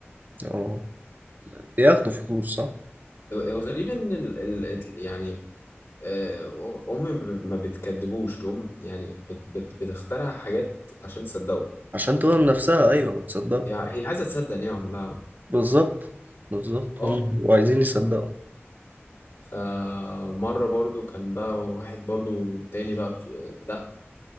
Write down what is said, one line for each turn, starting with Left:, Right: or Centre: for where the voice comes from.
Right: اه بياخدوا فلوس صح
Left: ال- الغريب ان ال... ال... ال- يعني آه، امي ما ب- ما بتكدبوش تقوم يعني بت... بت... بتخترع حاجات عشان تصدقه
Right: عشان تقول نفسها ايوه وتصدق
Left: هي هي عايزه تصدق ان هي عملها عمل
Right: بالظبط بالظبط
Left: اه
Right: هم بيبقوا عايزين يصدقوا
Left: فمره برضو كان بقى واحد برضو تاني بقى بت- بتاع